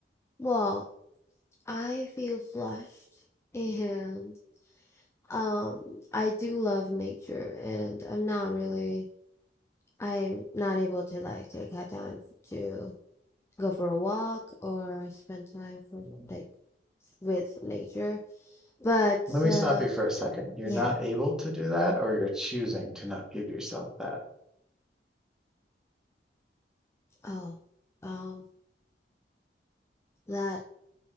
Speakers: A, on the left; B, in the centre.
A: Well, I feel flushed and um I do love nature and I'm not really I'm not able to like take out time to go for a walk or spend time for
B: Mm.
A: like with nature. But
B: Let me
A: uh,
B: stop you for a second. You're
A: yeah,
B: not able to do that, or you're choosing to not give yourself that.
A: oh, um, that